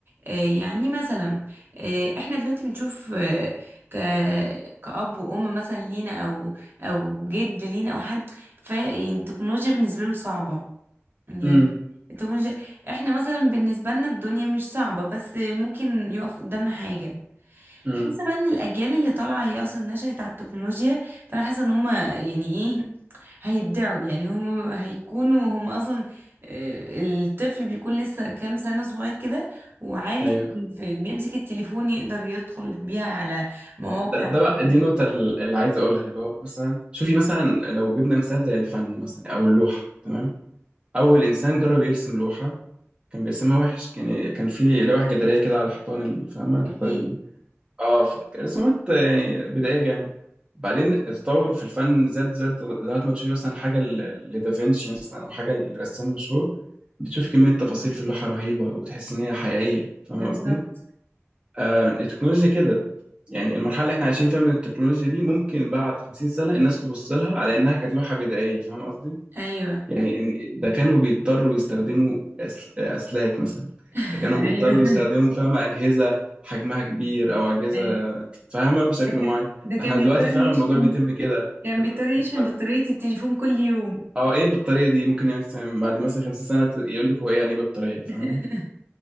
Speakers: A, on the right; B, on the right.
A: آه، يعني مثلا آه، احنا دلوقتي بنشوف آه، ك كأب وأم مثلا لينا أو أو جد لينا أو حد فالتكنولوجيا بالنسبة له صعبة يعني
B: امم
A: التكنولوجيا احنا مثلا بالنسبة لنا الدنيا مش صعبة بس ممكن يقف قدامنا حاجة
B: امم
A: حاسة بقى ان الأجيال اللي طالعة هي أصلا نشأت على التكنولوجيا فأنا حاسة ان هما يعني ايه هيبدعوا يعني هما هيكونوا هما أصلا آه، الطفل بيكون لسه كام سنة صغير كده وعارف
B: ايوه
A: في- بيمسك التليفون يقدر يدخل بيها على مواقع
B: ده, ده
A: ويقدر
B: بقى دي النقطة اللي عايز أقولها اللي هو مثلا شوفي مثلا لو جبنا مثال زي الفن مثلا أو اللوحة تمام أول إنسان جرب يرسم لوحة كان بيرسمها وحش كان كان في لوحة جدارية كده على حيطان ال- فاهمة الحيطان
A: أكيد
B: ال- اه ف- رسومات يعني بدائية جامد بعدين التطور في الفن زاد زاد لغاية ما تشوفي مثلا حاجة ل- لدافنشي مثلا أو حاجة لرسام مشهور بتشوفي كمية تفاصيل في اللوحة رهيبة وتحس إن هي حقيقية فاهمة
A: بالظبط
B: قصدي؟ آه، التكنولوجيا كده يعني المرحله اللي احنا عايشين فيها من التكنولوجيا دي ممكن بعد 50 سنه الناس تبص لها على انها كانت لوحه بدائيه فاهم قصدي
A: أيوه
B: يعني إن ده كانوا بيضطروا يستخدموا أس- اسلاك مثلا
A: <laughs>
B: ده كانوا بيضطروا
A: أيوه
B: يستخدموا فاهمه اجهزه حجمها كبير او اجهزه
A: أيوه
B: فاهمه بشكل
A: ده كان
B: معين
A: ده
B: ده
A: كان
B: احنا دلوقتي
A: بيضطر
B: فاهم
A: يشحن
B: الموضوع بيتم كده
A: كان
B: آه،
A: بيضطر يشحن
B: اوتوماتيك
A: بطارية التليفون كل يوم
B: اه ايه البطاريه دي ممكن يعني مثلاً بعد مثلا 50 سنه ت- يقول لك هو ايه يعني ايه بطاريه فاهمه
A: <laughs>